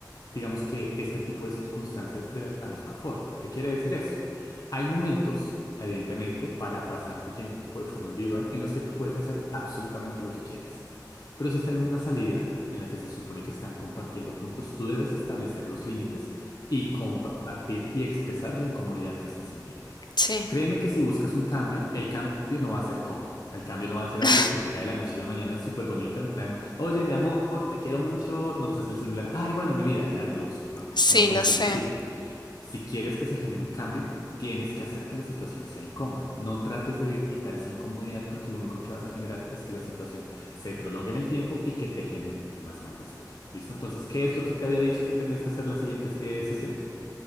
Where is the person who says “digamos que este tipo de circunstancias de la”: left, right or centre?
Left